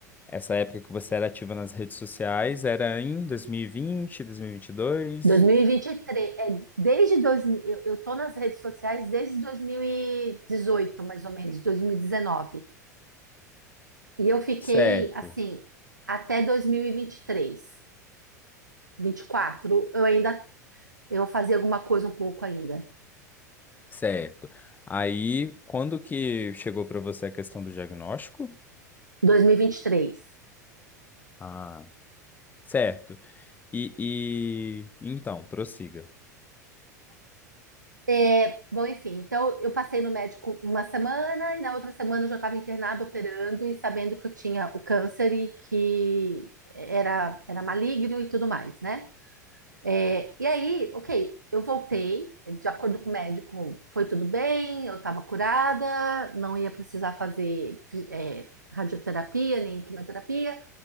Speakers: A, on the left; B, on the right.
A: essa época que você era ativa nas redes sociais era em 2020, 2022?
B: 2023, é, desde dois, mi- eu, eu tô nas redes sociais desde 2018, mais ou menos, 2019. E dezenove. E eu fiquei
A: Certo,
B: assim até 2023, 24, eu ainda eu fazia alguma coisa um pouco ainda.
A: certo. Aí, quando que chegou para você a questão do diagnóstico?
B: 2023.
A: Ah, certo. E, e então, prossiga.
B: É, bom, enfim, então eu passei no médico uma semana e na outra semana eu já estava internada operando e sabendo que eu tinha o câncer e que era era maligno e tudo mais, né? É, e aí, ok, eu voltei, de acordo com o médico, foi tudo bem, eu estava curada, não ia precisar fazer é, radioterapia nem quimioterapia.